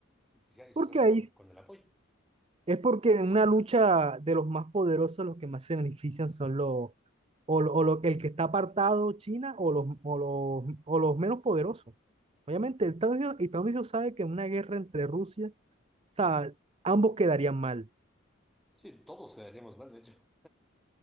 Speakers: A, in the centre; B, on the right.
A: O sea, Eso
B: porque
A: se hace
B: ahí
A: con, con el apoyo.
B: Es porque en una lucha de los más poderosos, los que más se benefician son los, o, lo- o lo- el que está apartado China o los, o los, o los menos poderosos. Obviamente, Estados Unidos, Estados Unidos sabe que en una guerra entre Rusia, o sea, ambos quedarían mal.
A: Sí, todos quedaríamos mal, de hecho,